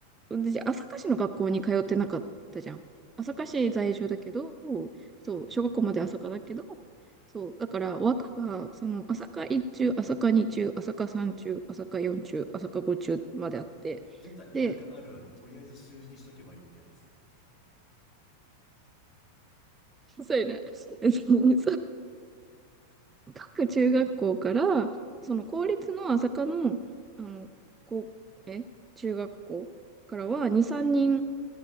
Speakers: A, on the right (about 15°); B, on the left (about 35°).
A: 私、朝霞市の学校に通ってなかったじゃん。朝霞市在住だけど、
B: そうだね。
A: そう、
B: 嫌だったからね。
A: 小学校まで朝霞だけど、そう、だから、和歌が、その、朝霞1中、朝霞2中、朝霞3中、朝霞4中、朝霞5中まであって、
B: 出た田舎あるある、
A: で、
B: とりあえず数字にしとけばいいってやつ。
A: そうやな、<laughs> そう各中学校から、その公立の朝霞の、あの、こう、え、中学校からは2、3